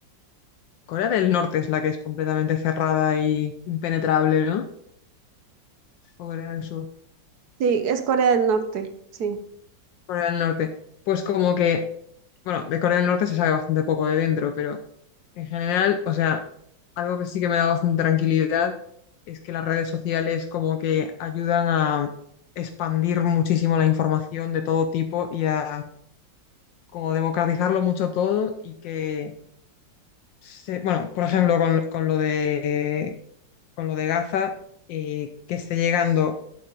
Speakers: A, on the left; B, on the right.
A: Corea del Norte es la que es completamente cerrada y impenetrable, ¿no? O Corea del Sur.
B: Sí, es Corea del Norte, sí.
A: Corea del Norte. Pues como que, bueno, de Corea del Norte se sabe bastante poco de dentro, pero en general, o sea, algo que sí que me da bastante tranquilidad es que las redes sociales como que ayudan a expandir muchísimo la información de todo tipo y a como democratizarlo mucho todo y que, se- bueno, por ejemplo, con, lo- con lo de, con lo de Gaza, eh, que esté llegando,